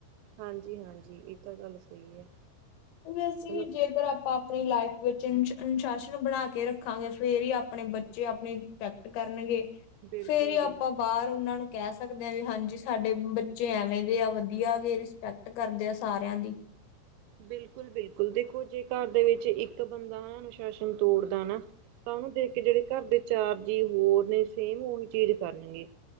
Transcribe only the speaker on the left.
ਵੈਸੇ
ਵੀ, ਜੇਕਰ ਆਪਾਂ ਆਪਣੀ ਲਾਈਫ। ਵਿੱਚ ਜੀਮ, ਅਨੁਸ਼ਾਸਨ ਬਣਾ ਕੇ ਰੱਖਾਂਗੇ, ਫਿਰ ਹੀ ਆਪਣੇ ਬੱਚੇ ਆਪਣੀ ਰਿਸਪੈਕਟ ਕਰਨਗੇ।
ਫੇਰ ਈ
ਆਪਾ ਬਾਹਰ ਉਹਨਾਂ ਨੂੰ ਕਹਿ ਸਕਦੇ ਆਂ, ਵੀ ਹਾਂਜੀ ਸਾਡੇ ਬੱਚੇ ਐਵੇਂ ਦੇ ਆ, ਵਧੀਆ ਗੇ। ਪਕਟ ਕਰਦੇ ਆ, ਸਾਰਿਆਂ ਦੀ।